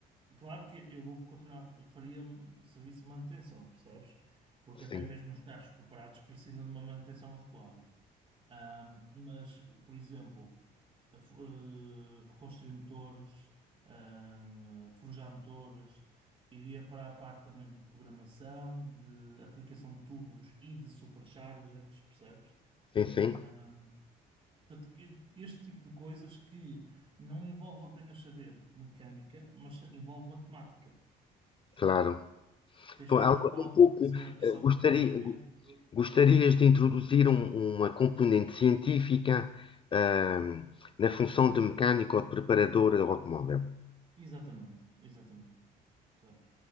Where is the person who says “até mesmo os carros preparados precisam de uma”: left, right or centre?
Right